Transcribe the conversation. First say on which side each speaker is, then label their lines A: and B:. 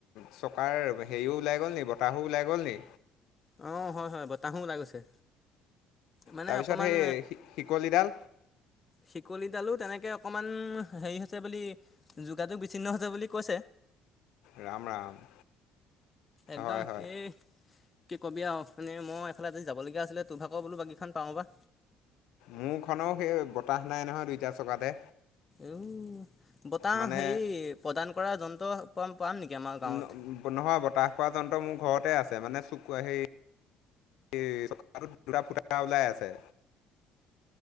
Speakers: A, on the left; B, on the left.
A: চকাৰ হেৰিও ওলাই গ'ল নি? বতাহো ওলাই গ'ল নি?
B: অঁ, হয়, হয়। বতাহো ওলাই গৈছে। মানে
A: তাৰপিছত
B: অকমান
A: সেই শিকলিডাল
B: শিকলিডালো তেনেকে। অকণমান হেৰি হৈছে বুলি যোগাযোগ বিচ্ছিন্ন হৈছে বুলি কৈছে।
A: ৰাম ৰাম।
B: একদম
A: হয় হয়
B: এই কি ক'বি আৰু মানে মই এইফালে আ যদি যাবলগীয়া আছিলে তোৰ ভাগৰ বোলো বাকীখন পাওঁ বা।
A: মোৰ খনো সেই বতাহ নাই নহয় দুইটা চকাতে।
B: উ বতাহ
A: মানে
B: হে প্ৰদান কৰা যন্ত্ৰ পাম নেকি আমাৰ গাঁৱত
A: ন নহয়, বতাহ পোৱা যন্ত্ৰ মোৰ ঘৰত আছে মানে <unintelligible> দুটা ফুটা ওলাই আছে।